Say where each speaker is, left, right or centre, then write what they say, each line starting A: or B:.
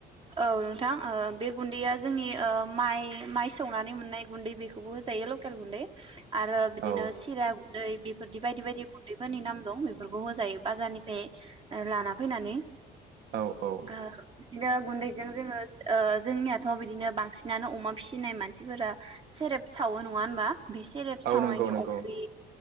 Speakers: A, on the right; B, on the right.
A: औ नोंथां ओ बे गुन्दैया जोंनि ओ माइ माइ सौनानै मोननाय गुन्दै बेखौबो होजायो लकेल गुन्दै। आरो बिदिनो
B: औ
A: सिरा गुन्दै बेफोरदि बायदि बायदि गुन्दैफोरनि नाम दं बेफोरखौ होजायो बाजारनिफ्राय लाना फैनानै
B: औ औ
A: ओ <inaudible> गुन्दैजों जोङो ओ जोंनियाथ' बिदिनो बांसिनानो अमा फिसिनाय मानसिफोरा सेरेब सावो नङा होमबा? बे सेरेब
B: औ
A: सावनायनि
B: नंगौ नंगौ
A: अफ्रि